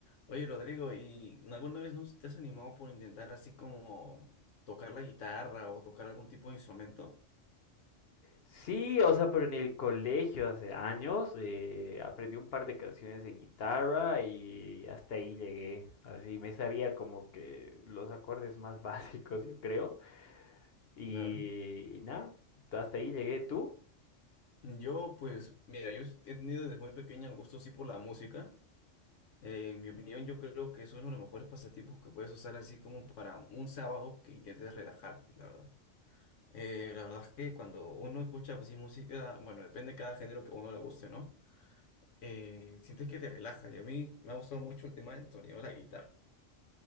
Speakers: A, on the left; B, on the left.
A: Oye, Rodrigo, ¿y alguna vez no te has animado por intentar así como tocar la guitarra o tocar algún tipo de instrumento?
B: Sí, o sea, pero en el colegio hace años eh, aprendí un par de canciones en guitarra y hasta ahí llegué. Así me sabía como que los acordes más <laughs> básicos, yo creo. Y,
A: Claro.
B: y nada, hasta ahí llegué tú.
A: Yo, pues, mira, yo he tenido desde muy pequeño el gusto así por la música. Eh, en mi opinión, yo creo que es uno de los mejores pasatiempos que puedes usar así como para un sábado que intentes relajarte, la verdad. Eh, la verdad es que cuando uno escucha así música, bueno, depende de cada género que a uno le guste, ¿no? Eh, sientes que te relaja y a mí me ha gustado mucho el tema del sonido de la guitarra.